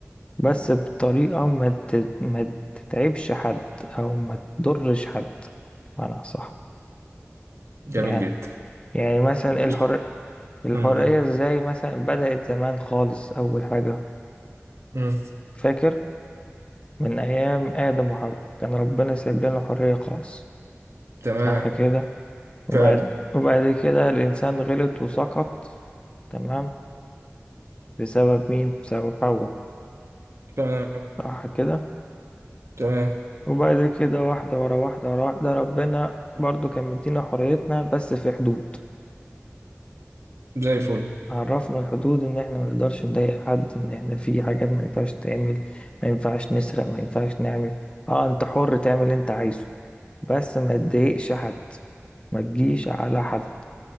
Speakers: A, on the left; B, on the right.
A: بس بطريقة ما ت- ما تتعبش حد او ما تضرش حد بمعنى صح
B: جميل
A: يعني
B: جدا
A: يعني مثلا
B: بص
A: الحرية الحرية
B: م- م-
A: ازاي مثلا بدأت زمان خالص أول حاجة
B: م.
A: فاكر من أيام آدم وحواء كان ربنا سايب لنا الحرية خالص
B: تمام
A: صح كده وبعد
B: فعلا
A: وبعد كده الإنسان غلط وسقط تمام بسبب مين بسبب حواء
B: تمام
A: صح كده
B: تمام
A: وبعد كده واحدة ورا واحدة ورا واحدة ربنا برضو كان مدينا حريتنا بس في حدود
B: زي الفل
A: عرفنا الحدود ان احنا ما نقدرش نضايق حد ان احنا في حاجات ما ينفعش تعمل ما ينفعش نسرق ما ينفعش نعمل اه انت حر تعمل اللي انت عايزه بس ما تضايقش حد ما تجيش على حد